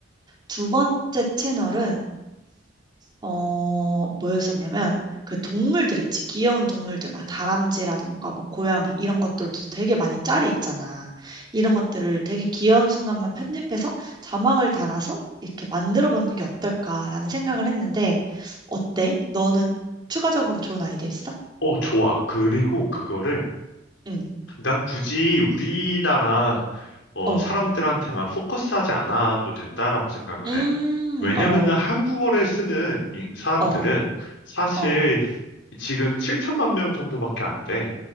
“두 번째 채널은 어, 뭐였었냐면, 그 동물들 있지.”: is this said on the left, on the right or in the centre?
Right